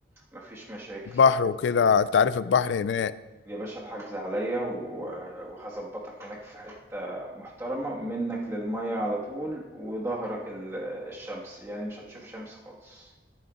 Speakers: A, on the right (about 15°); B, on the left (about 75°).
A: مفيش مشاكل
B: بحر وكده انت عارف البحر هناك
A: يا باشا الحجز عليا و- وهظبطك هناك في حتة محترمة منك للمية على طول وظهرك ال- الشمس يعني مش هتشوف شمس خالص